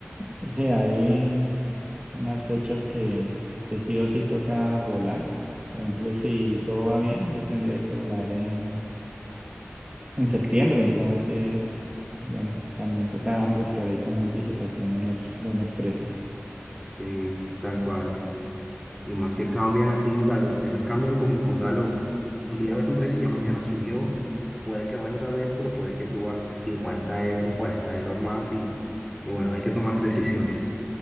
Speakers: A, on the right (about 20°); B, in the centre.
A: o sea, hay unas fechas que, que sí o sí toca volar. Por ejemplo, si todo va bien, yo tendría que volar en, en septiembre, entonces, bueno, también toca buscar ahí con anticipación unos buenos precios.
B: Sí, tal cual. Y más que cambian así, o sea, los precios cambian como cosa loca. Un día ves un precio y ya mañana subió. Puede que vaya otra vez, pero puede que suba 50 euros, 40 euros más y, y bueno, hay que tomar <laughs> decisiones.